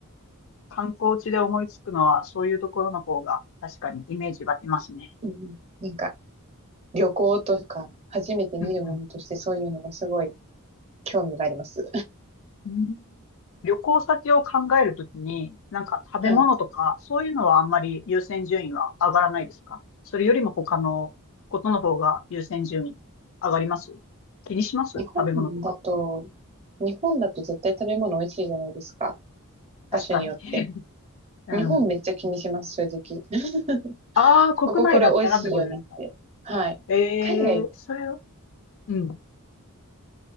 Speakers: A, on the left (about 60°); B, on the right (about 30°).
A: 観光地で思いつくのはそういうところの方が確かにイメージ湧きますね。
B: うんうん。なんか、旅行とか、初めて見るものとしてそういうのがすごい
A: うんうん。
B: 興味があります。
A: うん旅行先を考えるときに、なんか食べ物とか、
B: <laughs> はい。
A: そういうのはあんまり優先順位は上がらないですかそれよりも他のことの方が優先順位上がります気にします食べ物とか。
B: 日本だと、日本だと絶対食べ物美味しいじゃないですか。
A: 確かに。
B: 場所によって。
A: <laughs> うん。
B: 日本めっちゃ気にします、正直。<laughs>
A: ああ、国内だったらってことですか
B: こここれ美味しいよねって。はい。
A: ええー、
B: 海外、
A: それを、うん。